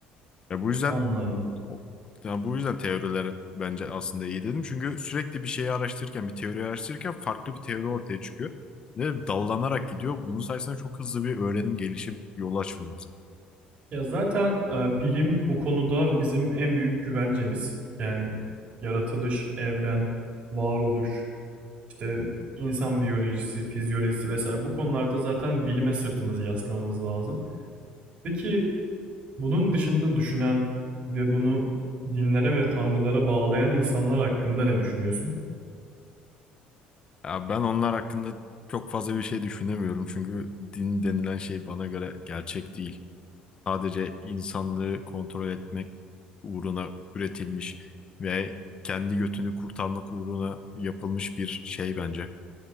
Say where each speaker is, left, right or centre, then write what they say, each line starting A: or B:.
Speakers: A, on the left (about 25°); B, on the right (about 40°).
A: Ya bu yüzden
B: Anladım.
A: o- yani bu yüzden teoriler bence aslında iyi dedim. Çünkü sürekli bir şeyi araştırırken, bir teori araştırırken farklı bir teori ortaya çıkıyor. Ve dallanarak gidiyor. Bunun sayesinde çok hızlı bir öğrenim, gelişim yolu açılıyor bize.
B: Ya zaten e, bilim bu konuda bizim en büyük güvencemiz. Yani yaratılış, evren, varoluş, işte insan biyolojisi, fizyolojisi vesaire bu konularda zaten bilime sırtımızı yaslamamız lazım. Peki bunun dışında düşünen ve bunu dinlere ve tanrılara bağlayan insanlar hakkında ne düşünüyorsun?
A: Ya ben onlar hakkında çok fazla bir şey düşünemiyorum. Çünkü din denilen şey bana göre gerçek değil. sadece insanlığı kontrol etmek uğruna üretilmiş ve kendi götünü kurtarmak uğruna yapılmış bir şey bence.